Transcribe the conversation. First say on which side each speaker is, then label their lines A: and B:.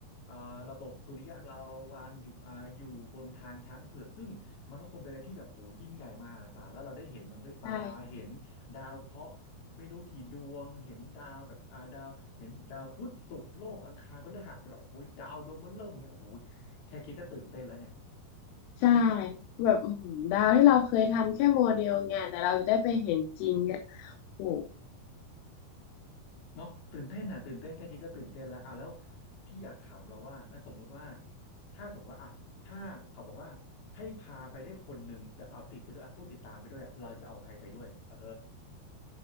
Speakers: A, on the left (about 65°); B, on the left (about 80°).
A: อ่าระบบสุริยะเราวางอยู่อ่าอยู่บนทางช้างเผือกซึ่งมันก็คงเป็นอะไรที่แบบโหยิ่งใหญ่มหาศาลแล้วเราได้เห็นมันด้วยตาเห็นดาวเคราะห์ไม่รู้กี่ดวงเห็นดาวแบบอ่าดาวเห็นดาวพุธศุกร์โลกอังคารพฤหัสแต่แบบโอ้ยดาวดวงมันเริ่มอย่างเงี้ยโอ้ยแค่คิดก็ตื่นเต้นแล้วเนี่ย
B: ใช่ใช่ใช่แบบอื้อหือดาวที่เราเคยทำแค่โมเดลไงแต่เราจะได้ไปเห็นจริงอ่ะโห
A: เนาะตื่นเต้นอ่ะตื่นเต้นแค่คิดก็ตื่นเต้นแล้วอ่ะแล้วพี่อยากถามเราว่าอ่ะสมมุติว่าถ้าสมมติว่าอ่ะถ้าเขาบอกว่าให้พาไปได้คนหนึ่งแต่เอาติดไปด้วยอ่ะผู้ติดตามไปด้วยอะเราจะเอาใครไปด้วยเออ